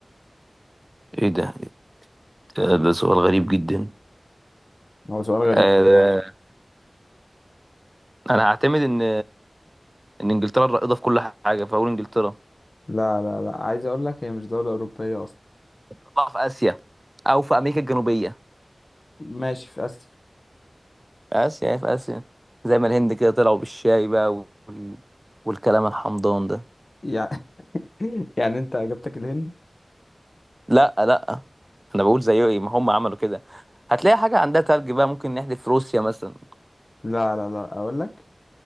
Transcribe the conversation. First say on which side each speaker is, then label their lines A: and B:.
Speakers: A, on the right; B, on the left.
A: ايه ده إيه ده سؤال غريب جدا
B: هو سؤال غريب
A: آه... انا هعتمد ان ان انجلترا الرائده في كل حاجه فاقول انجلترا
B: لا لا لا عايز أقول لك هي مش دولة أوروبية أصلا
A: تطلع في اسيا او في امريكا الجنوبيه
B: ماشي في آسيا
A: اسيا هي في اسيا زي ما الهند كده طلعوا بالشاي بقى وال... والكلام الحمضان ده
B: يعني <laughs> يعني أنت إجابتك الهند؟
A: لا لا انا بقول زي ايه ما هم عملوا كده هتلاقي حاجه عندها تلج بقى ممكن نحذف روسيا مثلا
B: لا لا لا أقول لك